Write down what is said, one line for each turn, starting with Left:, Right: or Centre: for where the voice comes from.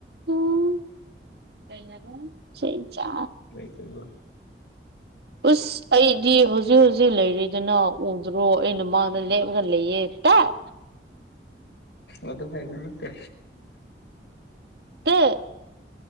Right: ꯅꯪ ꯀꯩꯅꯗꯨꯝ ꯆꯩꯆꯥ
Left: ꯀꯩꯕ
Right: ꯎꯁ ꯑꯩꯗꯤ ꯍꯧ ꯍꯧꯖꯤꯛ ꯍꯧꯖꯤꯛ ꯂꯩꯔꯤꯗꯅ ꯎꯗ꯭ꯔꯣ ꯑꯩꯅ ꯃꯥꯡꯗ ꯂꯦꯞꯂꯒ ꯂꯩꯌꯦ ꯇꯥꯠ
Left: ꯑꯗꯨ ꯍꯥꯏꯕ ꯅꯠꯇꯦ
Right: ꯇꯥꯠ